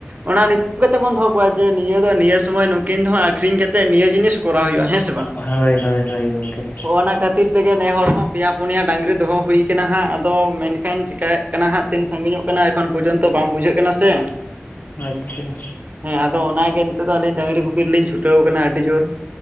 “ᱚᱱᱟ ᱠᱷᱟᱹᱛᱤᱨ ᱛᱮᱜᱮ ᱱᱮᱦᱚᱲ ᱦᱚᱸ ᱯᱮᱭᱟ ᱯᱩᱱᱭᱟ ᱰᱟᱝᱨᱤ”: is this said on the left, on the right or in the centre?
Right